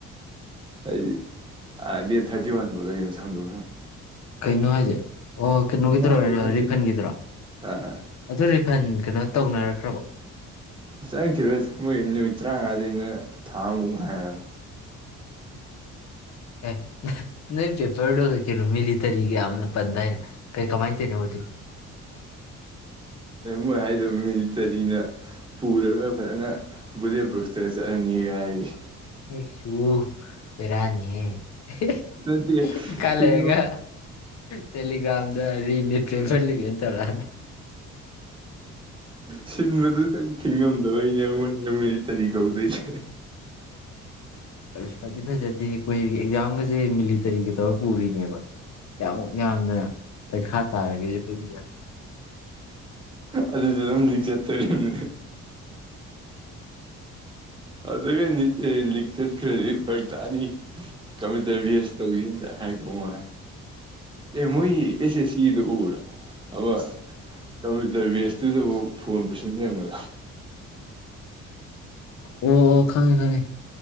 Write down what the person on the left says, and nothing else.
ꯀꯩꯅꯣ ꯍꯥꯏꯁꯦ꯫ ꯑꯣ ꯀꯩꯅꯣꯒꯤꯗꯨꯔꯣ
ꯔꯤꯐꯟꯒꯤꯗꯔꯣ,
ꯑꯗꯨ ꯔꯤꯐꯟ ꯀꯩꯅꯣ ꯇꯧꯅꯔ ꯈꯔꯕꯣ
ꯑꯦ ꯅꯣꯏ ꯄꯦꯄꯔꯗꯣ ꯀꯩ ꯀꯩꯅꯣ ꯃꯤꯂꯤꯇꯔꯤꯒ ꯌꯥꯝꯅ ꯄꯟꯗꯥꯏꯅꯦ ꯀꯩ ꯀꯃꯥꯏ ꯇꯩꯅꯣ ꯑꯗꯨ
<unintelligible> ꯚꯦꯔꯥꯅꯤꯍꯦ ꯑꯦ
ꯍꯤꯛ ꯀꯜꯂꯩꯔꯒ
ꯇꯦꯂꯤꯒ꯭ꯔꯥꯝꯗ ꯔꯤꯅꯤꯠ ꯆꯦꯟꯁꯜꯂꯤꯒꯦꯅ ꯇꯧꯔꯛꯑꯅꯤ
ꯐꯗꯤ ꯐꯖꯗꯦ ꯑꯩꯈꯣꯏ ꯑꯦꯛꯖꯥꯝꯒ ꯁꯦ ꯃꯤꯂꯤꯇꯔꯤꯒ ꯇꯧꯔ ꯄꯨꯔꯤꯅꯦꯕ ꯀꯌꯥꯃꯨꯛ ꯌꯥꯝꯅ ꯄꯩꯈꯥ ꯇꯥꯔꯒꯦ <unintelligible>
ꯑꯣ ꯑꯣ ꯈꯪꯉꯦ ꯈꯪꯉꯦ